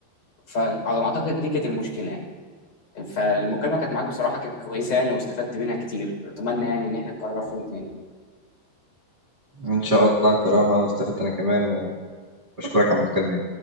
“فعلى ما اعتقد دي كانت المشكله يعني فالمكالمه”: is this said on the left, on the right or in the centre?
Left